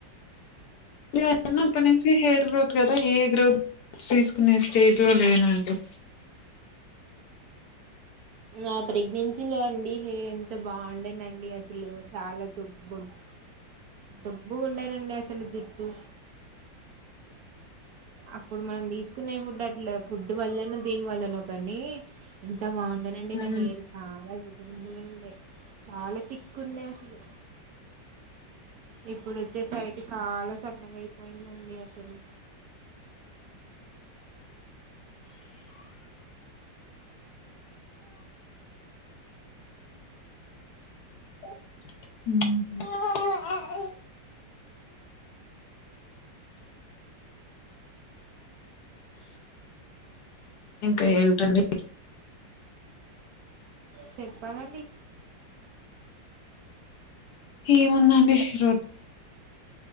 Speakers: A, on the left (about 65°); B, on the right (about 65°).
A: నేను పుట్టినప్పటి నుంచి హెయిర్ గ్రోత్ కదా ఏ గ్రోత్ తీసుకునే స్టేజ్ లో లేనండి
B: నా ప్రెగ్నెన్సీలో అండి హెయిర్ ఎంత బాగుండేనండి అసలు చాలా దుడ్డ్ పొడవు దొబ్బుగుండేనండి అసలు జుట్ ట్టు అప్పుడు మనం తీసుకునే ఫుడ్ అట్లా ఫుడ్ వల్లన దేని వల్లనో కానీ ఇ బాగుండే అండి
A: ఉమ్
B: నా హెయిర్ చాలా <unintelligible> చాలా తిక్కుండే అసలు ఇప్పుడు వచ్చేసరికి చాలా సరన్నగా అయిపోయిందండి అసలు
A: <unintelligible> ఇంకా ఏంటండి
B: చెప్పాలండి
A: ఏముందండి రోటీనే